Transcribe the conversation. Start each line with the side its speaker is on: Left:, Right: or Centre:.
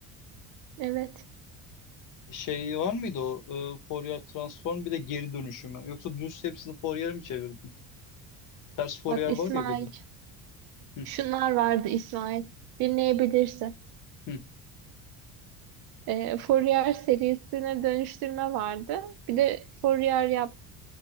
Right: Evet.
Left: Şey var mıydı o e, Fourier transform bir de geri dönüşümü? Yoksa düz hepsini Fourier'e mi çevirdin? Ters Fourier
Right: Bak İsmail,
Left: var ya bir de. Hı,
Right: şunlar vardı İsmail. Dinleyebilirsin.
Left: hı.
Right: Ee, Fourier serisine dönüştürme vardı. Bir de Fourier yap